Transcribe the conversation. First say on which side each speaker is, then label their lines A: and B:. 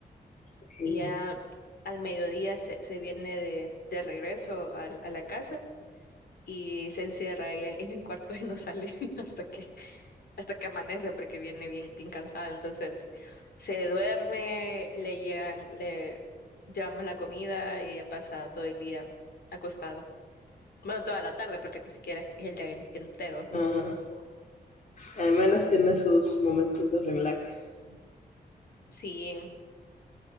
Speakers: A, on the left; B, on the left.
A: Ajena.
B: y ya al mediodía se, se viene de, de regreso al- a, la casa y se encierra ahí en, en el cuarto y no sale <laughs> hasta que, hasta que amanece porque viene bien, bien cansada. Entonces se duerme, le llegan, le llevamos la comida y ella pasa todo el día acostada. Bueno, toda la tarde porque ni siquiera es el día en- entero.
A: ajá. Al menos tiene sus momentos de relax.
B: Sí,